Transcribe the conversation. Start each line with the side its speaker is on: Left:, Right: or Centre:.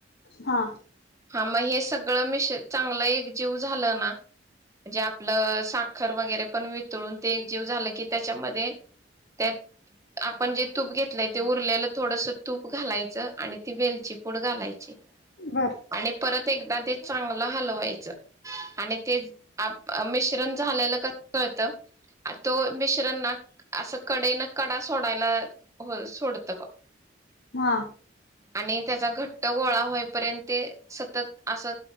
Left: हा
Right: हा मग हे सगळं मिश चांगलं एक जीव झालं ना म्हणजे आपलं साखर वगैरे पण वितळून ते एक जीव झालं की त्यांच्यामध्ये त्यात आपण जे तूप घेतलंय ते उरलेलं- थोडसं तूप घालायचं आणि ती वेलची पूड घालायची.
Left: बर
Right: आणि परत एकदा ते चांगलं हलवायचं आणि तेज मिश्रण झालेलं कसं कळत तो मिश्रण ना असं कडे न कडा सोडायला हो सोडतं बघ.
Left: हा
Right: आणि त्यांचा घट्ट गोळा होयपर्यंत ते सतत असं